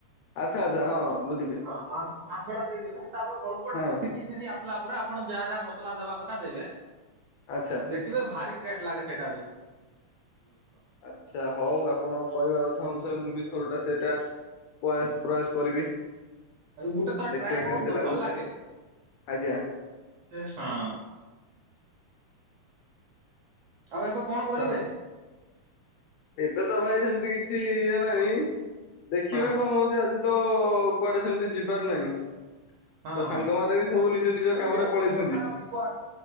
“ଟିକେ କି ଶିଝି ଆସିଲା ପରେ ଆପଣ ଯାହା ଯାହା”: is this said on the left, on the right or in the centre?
Right